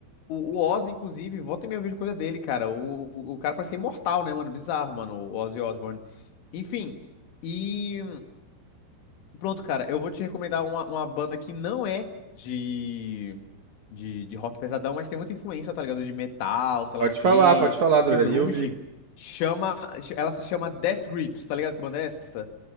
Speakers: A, on the left; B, on the right.
A: o, o Oz, inclusive, volta e meia eu vejo coisa dele, cara. O, o, o cara parece que é imortal, né, mano? Bizarro, mano, o Ozzy Osbourne. Enfim, e pronto, cara. Eu vou te recomendar uma, uma banda que não é de, de, de rock pesadão, mas tem muita influência, tá ligado? De metal, sei
B: Pode
A: lá o quê,
B: falar, pode falar, adoraria
A: de grunge.
B: ouvir.
A: Chama, ela se chama Death Grips, tá ligado? Que banda é essa?